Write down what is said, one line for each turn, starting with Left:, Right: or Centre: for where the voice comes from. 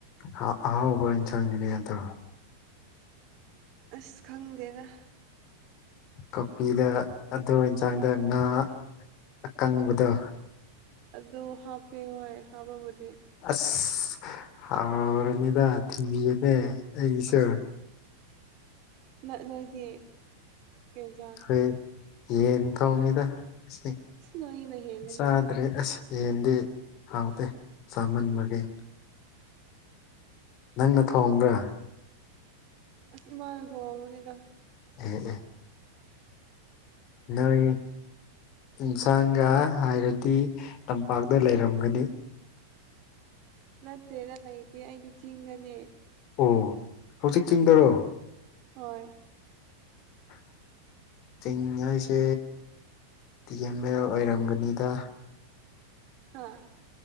Left: ꯑꯍꯥ ꯑꯍꯥꯎꯕ ꯏꯟꯖꯥꯡꯅꯤꯅ‌ꯦ ꯑꯗꯣ
Right: ꯑꯁ ꯈꯪꯗꯦꯗ
Left: ꯀꯣꯄꯤꯗ ꯑꯗꯨ ꯏꯟꯁꯥꯡꯗ ꯉꯥ ꯑꯀꯪꯕꯗꯣ
Right: ꯑꯗꯨ ꯍꯥꯞꯄꯦ ꯍꯣꯏ ꯍꯥꯞꯄꯕꯨꯗꯤ
Left: ꯑꯁ ꯍꯥꯎꯔꯅꯤꯗ ꯊꯤꯟꯕꯤꯌꯨꯅꯦ ꯑꯩꯒꯤꯁꯨ
Right: ꯅ ꯅꯣꯏꯗꯤ ꯀꯩꯏꯟꯖꯥꯡ
Left: ꯑꯩꯈꯣꯏ ꯌꯦꯟ ꯊ‌ꯣꯡꯉꯤꯗ ꯑꯁ
Right: ꯅꯣꯏꯒꯤꯅ ꯍꯦꯜꯂꯦꯅ
Left: ꯆꯥꯗ꯭ꯔꯦ ꯑꯁ ꯌꯦꯟꯗꯤ ꯍꯥꯎꯇꯦ ꯆꯥꯃꯟꯕꯒꯤ ꯅꯪꯅ ꯊꯣꯡꯕ꯭ꯔꯥ
Right: ꯑꯁ ꯏꯃꯥꯅ ꯊꯣꯡꯕꯅꯤꯗ
Left: ꯑꯦ ꯑꯦ ꯅꯣꯏ ꯏꯟꯁꯥꯡꯒ ꯍꯥꯏꯔꯗꯤ ꯇꯝꯄꯥꯛꯇ ꯂꯩꯔꯝꯒꯅꯤ
Right: ꯅꯠꯇꯦꯗ ꯂꯩꯇꯦ ꯑꯩꯗꯤ ꯆꯤꯡꯗꯅ‌ꯦ
Left: ꯑꯣ ꯍꯧꯖꯤꯛ ꯆꯤꯡꯗꯔꯣ
Right: ꯍꯣꯏ
Left: <inaudible> ꯆꯤꯡ ꯍꯥꯏꯁꯤ ꯑꯦ <unintelligible> ꯑꯣꯏꯔꯝꯒꯅꯤꯗ
Right: ꯍꯥꯥ